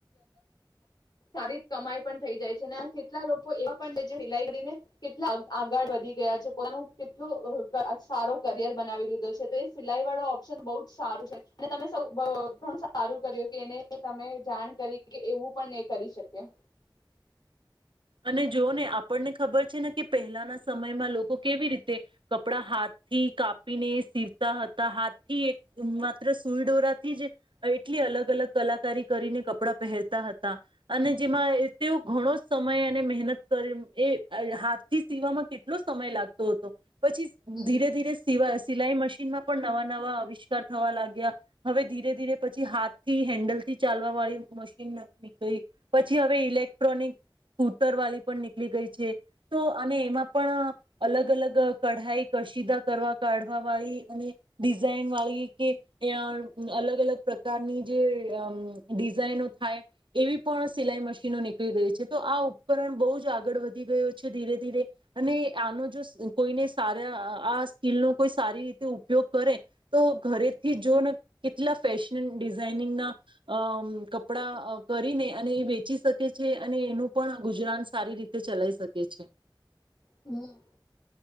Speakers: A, on the left (about 55°); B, on the right (about 80°).
A: સારી કમાઈ પણ થઈ જાય છે ને આ કેટલા લોકો એવા પણ સિલાઈ કરીને કેટલા આગળ વધી ગયા છે પોતાનું કેટલું સારો કરિયર બનાવી લીધો છે તો એ સિલાઈ વાળો ઓપ્શન બહ જ સારું છે અને તમે ઘ સારું કર્યું કે એને તમે જાણ કરી કે એવું પણ કરી શકે.
B: અને જોઓ ને આપણને ખબર છે ને કે પહેલાના સમયમાં લોકો કેવી રીતે કપડા હાથથી કાપીને સીવતા હતા, હાથથી એક માત્ર સુઈ ડોરાથી જ એટલી અલગ અલગ કલાકારી કરીને કપડાં પહેરતા હતા. અને જેમાં તેઓ ઘણો સમય અને મહેનત કરી એ અહ હાથથી સીવામાં કેટલો સમય લાગતો હતો. પછી
A: હમ
B: ધીરે-ધીરે સિવા સિલાઈ મશ મશીનમાં પણ નવા-નવા અવિષ્કાર થવા લાગ્યા, હવે ધીરે-ધીરે પછી હાથ થી હેન્ડલ થી ચાલવા વાળી મશીન નીકળી પછી, હવે ઇલેક્ટ્રોનિક સૂતર વાળી પણ નીકળી ગઈ છે. તો અને એમાં પણ અલગ-અલગ કઢાઈ, કશીદા કરવા, કાઢવા વાળી અને ડિઝાઇન વાળી કે અહ અલગ-અલગ પ્રકારની જે અમ ડિઝાાઈનો થાય એવી પણ સિલાઈ મશીનો નીકળી ગઈ છે. તો આ ઉપકરણ બહુ જ આગળ વધી ગયો છે ધીરે-ધીરે, અને આનો જો સ કોઈને સારા આ સ્કીલનો કોઈ સારી રીતે ઉપયોગ કરે તો ઘરેથી જોઓ ને કેટલા ફેશન ડિઝાઇનિંગના અમ કપડાં કરીને અને એ વેચી શકે છે અને એનું પણ ગુજરાન સારી રીતે ચલાઈ શકે છે.
A: હમ્મ.